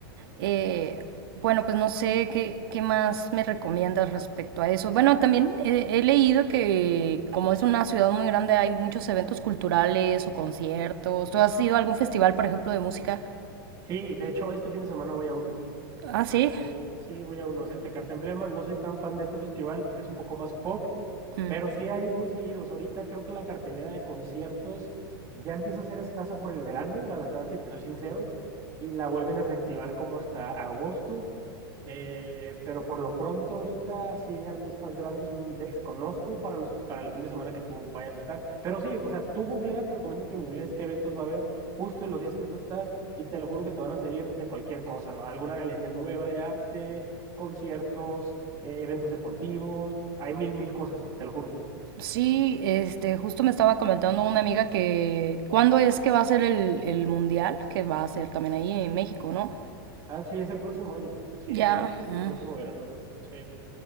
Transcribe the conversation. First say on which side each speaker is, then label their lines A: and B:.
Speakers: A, on the right; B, on the right.
A: eh, bueno, pues no sé qué, qué más me recomiendas respecto a eso. Bueno, también eh, he leído que como es una ciudad muy grande hay muchos eventos culturales o conciertos. ¿Tú has ido a algún festival, por ejemplo, de música?
B: Sí, de hecho, este fin de semana voy a uno.
A: Ah,
B: Este,
A: sí.
B: sí, voy a conocer el Tecate Emblema. No soy tan fan de este festival, es un poco más pop,
A: Mm.
B: pero sí hay muy seguidos. Ahorita creo que la cartelera de conciertos ya empieza a ser escasa por el verano, la verdad, si te soy sincero, y la vuelven a reactivar como hasta agosto. Eh, pero por lo pronto ahorita sí de artistas grandes mm, desconozco para los para el fin de semana que tú vayas a estar. Pero sí, o sea, tú googlea, te recomiendo que googlees qué eventos va a haber justo en los días que tú estás y te lo juro que te van a salir de cualquier cosa, alguna galería nueva de arte, conciertos, eh, eventos deportivos, hay mil, mil cosas, te lo juro.
A: Sí, este, justo me estaba comentando una amiga que ¿cuándo es que va a ser el, el mundial? Que va a ser también ahí en México, ¿no?
B: Ah, sí, es el próximo año, sí,
A: Ya.
B: el
A: mm.
B: próximo verano, sí.